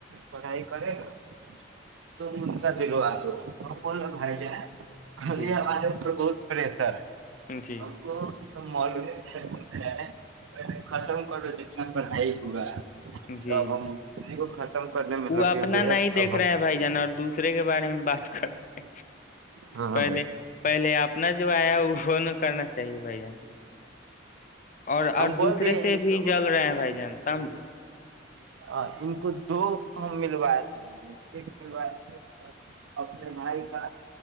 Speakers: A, on the right (about 80°); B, on the left (about 40°).
A: پڑھائی کرے گا تم ان کا دلو ہو پر بائی جائے خ
B: جی جی
A: آج بہت بڑے سر ہیں
B: جی
A: آب کو م بھی ختم کرو جتنا پڑھائی ہوا
B: جی
A: تو اب ہم اسی کو ختم کرنے میں
B: وہ
A: لگے
B: اپنا
A: ہوئے
B: نہیں
A: ہے
B: دیکھ
A: اب
B: رہے
A: ہم
B: بھائی جان اور دوسرے کے بارے میں بات کر رہے
A: ہاں
B: پہلے
A: بھائی
B: پہلے آپ تنا جوب آیا ہو سون کرنا چاہیے بھائی جان اور اور
A: ہم بول
B: دوسرے
A: دیے
B: سے
A: ان
B: بھی
A: کو
B: جل رہے ہیں بھائی جان سمجھے
A: ہ ان کو دو ملوائے تھے ایک ملوائے تھے اپنے بھائی کا